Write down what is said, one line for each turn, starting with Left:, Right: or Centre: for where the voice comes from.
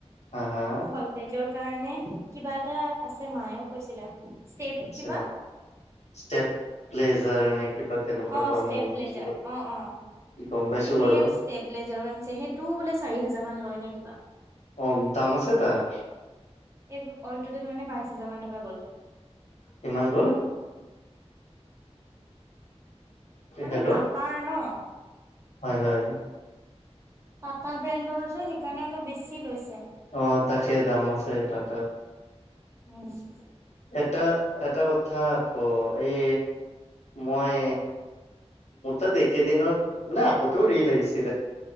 Left: হা হা
Right: ভলটেজৰ কাৰণে কিবা এটা আছে মায়েও কৈছিলে ষ্টেপ
Left: আচ্ছা
Right: কিবা
Left: ষ্টেপ প্লেজাৰ নে কিবা তেনেকুৱা
Right: অ
Left: কয়
Right: ষ্টেপ
Left: মই গম
Right: ব্লেজাৰ
Left: পাইছো
Right: অ অ এ
Left: বাৰু গম পাইছো
Right: সেই
Left: বাৰু
Right: ষ্টেবলাইজাৰো আনিছে সেইটো বোলে চাৰি হোজাৰ মান লয় নে কিবা
Left: অ দাম আছে তাৰ
Right: এই অল টেল মানে বাইশ হাজাৰ মান টকা গ'ল
Left: কিমান গ'ল
Right: মানে
Left: হেল্ল'
Right: টাটাৰ ন
Left: হয় হয়
Right: পটা ব্ৰেণ্ডৰ যে সেইকাৰণে অলপ বেছি লৈছে
Left: অ তাকে দাম আছে এটাটাৰ
Right: উম
Left: এটা এটা কথা আ ক এই মই মোৰ তাত একে দিনত মানে আগতেও ৰিল আহিছে